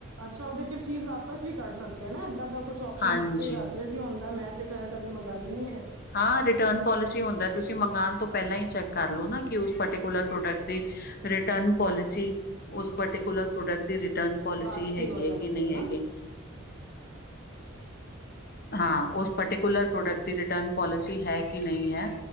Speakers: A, on the right (about 85°); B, on the left (about 50°).
A: ਅੱਛਾ ਉਹਦੇ ਚ ਚੀਜ਼ ਵਾਪਸ ਵੀ ਕਰੱ ਸਕਦੇ ਨਾ ਇਦਾ ਦਾ ਕੁਛ ਆਪਓਸ਼ਨ
B: ਹਾਂਜੀ
A: ਬੱਚੇ ਦੱਸ ਰਹੇ ਸੀ ਹੁੰਦਾ ਮੈਂ ਤੇ ਕ ਕਦੇ ਮੰਗਾਈ ਨੀ ਹੈ।
B: ਹਾਂ ਰਿਟਰਨ ਪੋਲਿਸੀ ਹੋਂਦਾ ਹੈ ਤੁਸੀਂ ਮੰਗਾਨ ਤੋਂ ਪਹਿਲਾਂ ਹੀ ਚੈਕ ਕਰ ਲਓ ਨਾ ਕਿ ਉਸ ਪਰਟੀਕੂਲਰ ਪ੍ਰੋਡਕਟ ਦੀ ਰਿਟਰਨ ਪੋਲਿਸੀ ਉਸ ਪਰਟੀਕੁਲਰ ਪ੍ਰੋਡਕਟ ਦੀ ਟਨ ਪੋਲਿਸੀ
A: ਵਾਪਸੀ
B: ਹੈਗੀ
A: ਹੋ
B: ਹੈ
A: ਜਾਂਦੀ
B: ਕਿ ਨਹੀਂ
A: ਨਾ
B: ਹੈਗੀ। ਹਾਂ ਉਸ ਪਰਟੀਕੁਲਰ ਪ੍ਰੋਡਕਟ ਦੀ ਟਰਨ ਪੋਲਸੀ ਹੈ ਕਿ ਨਹੀਂ ਹੈ